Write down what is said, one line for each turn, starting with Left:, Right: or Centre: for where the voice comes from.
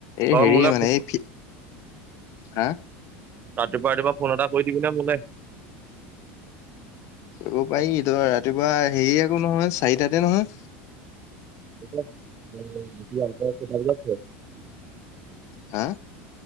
Left: এই
Right: তই
Left: হেৰি
Right: মোলে
Left: মানে
Right: ফো-
Left: এই আ
Right: ৰাতিপুৱা ৰাতিপুৱা ফোন এটা কৰি দিবিনে মোলে।
Left: কৰিব পাৰিটো ৰাতিপুৱা হেৰি একো নহয় চাৰিটাতে নহয়।
Right: <unintelligible>
Left: হা